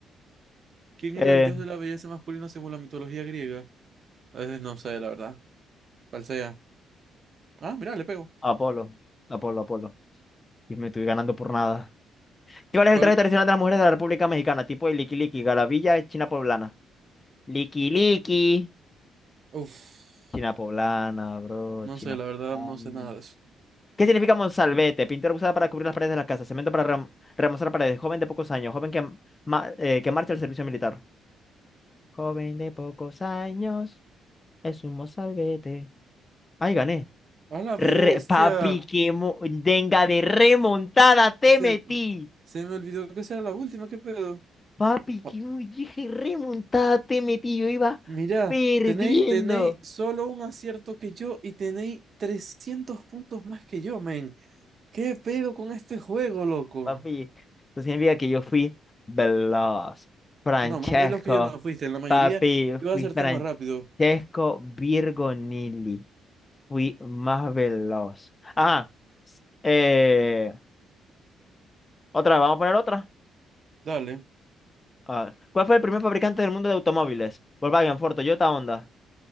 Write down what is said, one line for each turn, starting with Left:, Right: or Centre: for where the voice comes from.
Right: ¿Quién
Left: Eh,
Right: era el dios de la belleza masculina según la mitología griega? Eh, no sé, la verdad. ¿Cuál sea? Ah, mira, le pego.
Left: Apolo. Apolo, Apolo. Y me estoy ganando por nada. ¿Cuál es
Right: ¿Cuál?
Left: el traje tradicional de las mujeres de la República Mexicana? Tipo de liqui liqui, garabilla, china poblana. Liqui liqui.
Right: Uf,
Left: China poblana, bro.
Right: no
Left: China
Right: sé, la verdad
Left: poblana.
Right: no sé nada de eso.
Left: ¿Qué significa Monsalvete? Pintura usada para cubrir las paredes de las casas. Cemento para rem- remozar paredes. Joven de pocos años. Joven que, ma- eh, que marcha al servicio militar. Joven de pocos años. Es un Monsalvete. Ay, gané.
Right: ¡A la
Left: Re-
Right: bestia!
Left: papi, que denga de remontada te
Right: Se,
Left: metí.
Right: se me olvidó que esa era la última, ¿qué pedo?
Left: Papi, que
Right: Ah,
Left: dije remontada te metí. Yo iba
Right: Mira,
Left: perdiendo.
Right: tenéis, tenéis solo un acierto que yo y tenéis 300 puntos más que yo, men. ¿Qué pedo con este juego, loco?
Left: Papi, eso significa que yo fui veloz. Francesco,
Right: No, más veloz que yo no fuiste. En la mayoría
Left: papi,
Right: yo
Left: fui
Right: acerté
Left: Francesco
Right: más rápido.
Left: Virgo Nili. Fui más veloz. Ah, eh, otra, vamos a poner otra.
Right: Dale,
Left: Ah, ¿cuál fue el primer fabricante del mundo de automóviles? Volkswagen, Ford, Toyota, Honda.